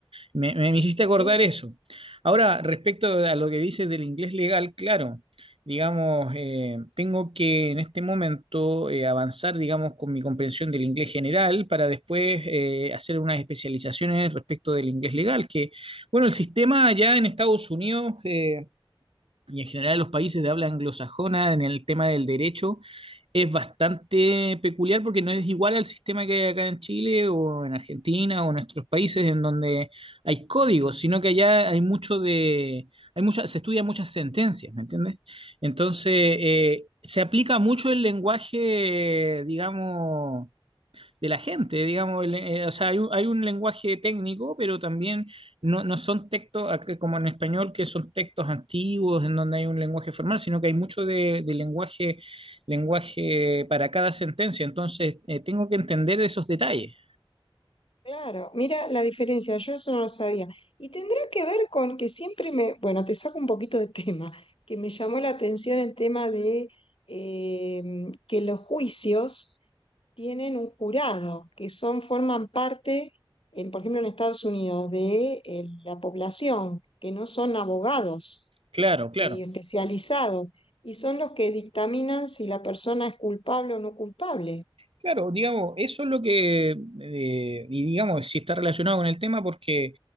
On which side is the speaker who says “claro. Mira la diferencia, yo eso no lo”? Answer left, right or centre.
Left